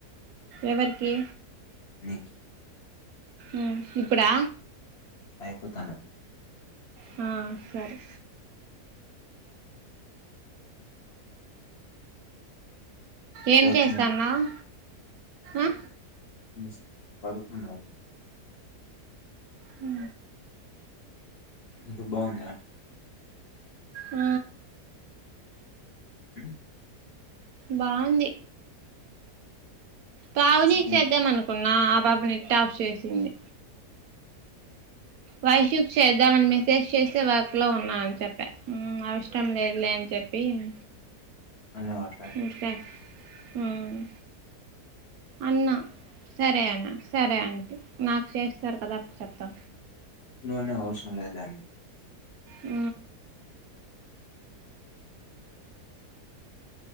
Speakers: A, on the right (about 70°); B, on the left (about 50°).
A: ఎవర్కి
B: నిక్
A: ఉ ఇప్పుడా
B: అయిపోతానే
A: ఆ సరే
B: ఇప్పటికి
A: ఏం చేస్తన్నావ్
B: నాకు
A: ఆ
B: ముస్ పడుకున్నావ్
A: ఉ
B: ఇప్పుడు బాగుందా
A: ఆ
B: మ్
A: బాగుంది పావని
B: చికెన్
A: కి చేద్దాం అనుకున్నా ఆ పాప నెట్ ఆఫ్ చేసింది వైషూక్ చేద్దామని మెసేజ్ చేస్తే వర్క్ లో ఉన్నా అని చెప్పా అవసరం లేదులే అని చెప్ పిమ్
B: అనే అట్లా
A: ఓకే మ్ అన్నా సరే అన్నా సరే ఆంటె మాక్ చేస్తారు కదా అప్పుడు చెప్తా
B: నో నో అవ్సరం లేదని
A: ఆ